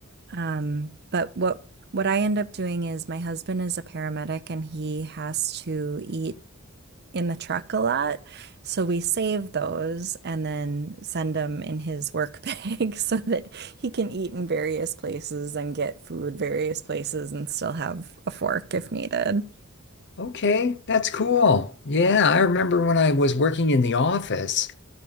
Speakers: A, on the right; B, on the left.
A: Um, but what what I end up doing is my husband is a paramedic and he has to eat in the truck a lot. So we save those and then send them in his work bag <laughs> so that he can eat in various places and get food various places and still have a fork if needed.
B: Okay, that's cool. Yeah, I remember when I was working in the office.